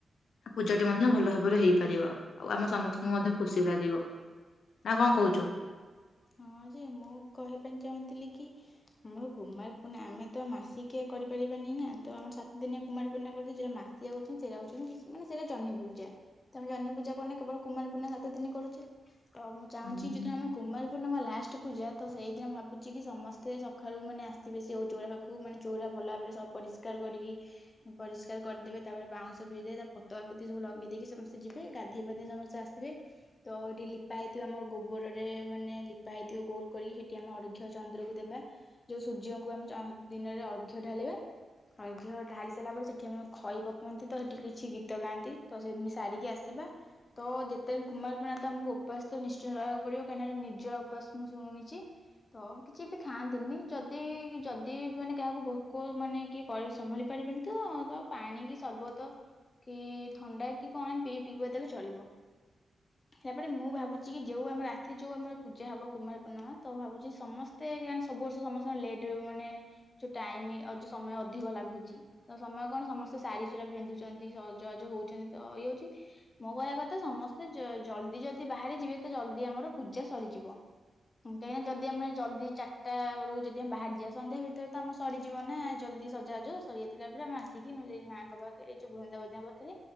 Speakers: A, on the left (about 75°); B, on the left (about 25°).
A: ପୂଜାଟି ମଧ୍ୟ ଭଲ ଭାବରେ ହେଇପାରିବ ଆଉ ଆମ ସମସ୍ତଙ୍କୁ ମଧ୍ୟ ଖୁସି ଲାଗିବ ନା କଣ କହୁଛୁ?
B: ହଁ ଯେ ମୁଁ କହିବା ପାଇଁ ଚାହୁଁଥିଲି କି ଆମର କୁମାର ପୂର୍ଣ୍ଣିମା ଆମେ ତ ମାସିକିଆ କରିପାରିବାନି ନା ତ ଆମର ସାତ ଦିନି କୁମାର ପୂର୍ଣିମା କରୁଛେ ଯୋଉଟା ମାସିକିଆ କରୁଛନ୍ତି ସେଇଟା ହଉଛନ୍ତି ମାନେ ସେଟା ଜହ୍ନି ପୂଜା ତମେ ଜହ୍ନି ପୂଜା କରୁନ କେବଳ କୁମାର ପୂର୍ଣ୍ଣିମା ସାତ ଦିନ କରୁଛେ ହଉ ମୁଁ ଚାହୁଁଛି
A: ହୁଁ
B: ଯୋଉଦିନ ଆମର କୁମାର ଲାଷ୍ଟ ପୂଜା ତ ସେଇଦିନ ଭାବୁଛି କି ସମସ୍ତେ ସକାଳୁ ମାନେ ଆସିବେ ସେଉ ଚଉରା ପାଖକୁ ମାନେ ଚଉରା ଭଲ ଭାବରେ ସ ପରିଷ୍କାର କରିକି ପରିଷ୍କାର କରିଦେବେ ତାପରେ ବାଉଁଶ ଭିଦବେ ତା ପତକା ପୋତି ସବୁ ଲଗେଇ ଦେଇକି ସମସ୍ତେ ଯିବେ ଗାଧେଇ ପାଧେଇ ସମସ୍ତେ ଆସିବେ ତ ଏଇଠି ଲିପା ହେଇଥିବ ଆମର ଗୋବରରେ ମାନେ ଲିପା ହେଇଥିବ ଗୋଲ କରିକି ସେଠି ଆମେ ଅର୍ଘ ଚନ୍ଦ୍ରକୁ ଦେବା ଯୋଉ ସୂର୍ଯ୍ୟଙ୍କୁ ଆମେ ଦିନରେ ଅର୍ଘ ଢାଳିବା ଅର୍ଘ ଢାଳି ସାରିଲା ପରେ ସେଠି ଆମ ଖଇ ପକାନ୍ତି ତ ସେଠି କିଛି ଗୀତ ଗାଆନ୍ତି ତ ସେମତି ସାରିକି ଆସିବା ତ ଯେତେବେଳେ କୁମାର ପୂର୍ଣ୍ଣିମା ତ ଆମକୁ ଉପାସ ତ ନିଶ୍ଚୟ ରହିବାକୁ ପଡିବ କାଇଁନା ନିର୍ଜଳା ଉପାସ ମୁଁ ଶୁଣିଛି ତ କିଛି ବି ଖାଆନ୍ତିନି ଯଦି ଯଦି ମାନେ କାହାକୁ ଭୋକ ମାନେ କିଏ ସମ୍ଭାଳି ପାରିବେନି ତ ପାଣି କି ସର୍ବତ କି ଥଣ୍ଡା କି କଣ ପିଇ ପିଇବା ଦେଲେ ଚଳିବ ତାପରେ ମୁଁ ଭାବୁଛି କି ଯୋଉ ଆମ ରାତିରେ ଯୋଉ ଆମର ପୂଜା ହବ କୁମାର ପୂର୍ଣ୍ଣିମା ତ ଭାବୁଛି ସମସ୍ତେ ସବୁ ବର୍ଷ ସମସ୍ତେ ଲେଟ୍ ମାନେ ଯୋଉ ଟାଇମ ଯଉ ସମୟ ଅଧିକ ଲାଗୁଛି ତ ସମୟ କଣ ସମସ୍ତେ ସାଢୀ ସୁଢା ପିନ୍ଧୁଛନ୍ତି ସଜଵାଜ ହଉଛନ୍ତି ତ ଇଏ ହଉଛି ମୋ କହିବା କଥା ସମସ୍ତେ ଜଲଦି ଯଦି ବାହାରି ଯିବେ ତ ଜଲଦି ଆମର ପୂଜା ସରିଯିବ ଯିବ କାହିଁକିନା ଯଦି ଆମେ ଜଲଦି ଚାରିଟା ବେଳକୁ ଯଦି ଆମେ ବାହାରଯିବା ସନ୍ଧ୍ୟା ଭିତରେ ତ ଆମ ସରିଯିବ ନା ଜଲଦି ସଜଵାଜ ସରି ଯାଇଥିଲା ପରେ ଆମେ ଆସିକି ଏଇ ମାଆଙ୍କ ପାଖରେ ଏଇ ଯୋଉ ବୃନ୍ଦାବତୀଙ୍କ ପାଖରେ